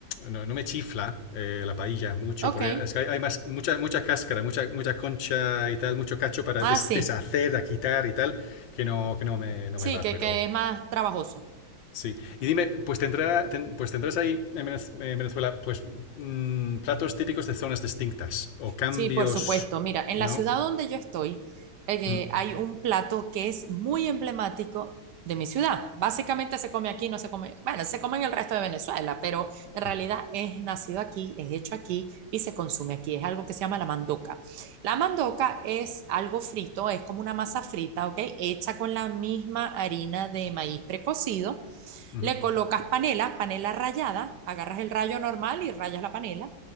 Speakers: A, on the left (about 75°); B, on the right (about 70°).
A: no, no me chifla eh, la paella mucho,
B: Ok.
A: porque es que hay, hay más, mucha, mucha cáscara, mucha, mucha concha y tal, mucho cacho para
B: Ah,
A: des-
B: sí.
A: deshacer, a quitar y tal, que no, que no me, no
B: Sí,
A: me va,
B: que,
A: pero
B: que es más trabajoso.
A: sí. Y dime, pues, tendrá, ten- pues tendrás ahí en Venezuela, pues, mm, platos típicos de zonas distintas, o cambios,
B: Sí, por supuesto. Mira, en
A: ¿no?
B: la ciudad donde yo estoy, eh,
A: Mm,
B: hay un plato que es muy emblemático de mi ciudad. Básicamente se come aquí, no se come, bueno, se come en el resto de Venezuela, pero en realidad
A: mm,
B: es nacido aquí, es hecho aquí y se consume aquí. Es algo que se llama la mandoca. La mandoca es algo frito, es como una masa frita, ¿ok? Hecha con la misma harina de maíz precocido
A: mhm,
B: le colocas panela, panela rallada, agarras el rayo normal y rayas la panela.